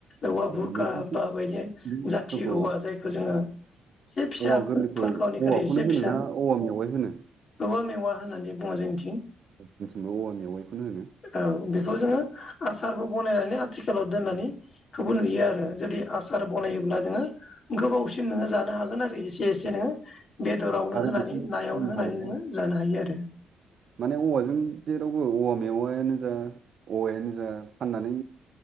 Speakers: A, on the left (about 50°); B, on the right (about 55°).
A: औवा
B: औ
A: बुरखा
B: नोंसिनिथिं
A: बा बेनो
B: बे बुस्थुखौ
A: जाथि औवा जायखौ जोंङो एसे फिसा
B: औवा गोरलैखौ
A: फोर गावनिक्रुइ
B: औवाखौनो
A: एसे
B: होनो
A: फिसा
B: ना औवा मेवाइ होनो
A: औवा मेवा मा होननानै बुंङो जोंनिथिं
B: जोंनिथिंबो औवा मेवाइखौनो होनो
A: औ बेखौ जोंङो आसारबो बनायनानै आथिखालाव दोननानैखौबो नुयो आरो जुदि आसार बनाय ब्ला जोंङो गोबावसिम नोंङो जानो हागोन आरो एसे एसे नो बेदरावनो
B: औ आरो
A: होनानै
B: बेखौनो
A: नायावनो
B: फाननो
A: होनानै
B: हाबावो
A: नोंङो जानो हायो आरो
B: माने औवाजों जेरावबो औवा मेवायानो जा औवायानो जा फाननानै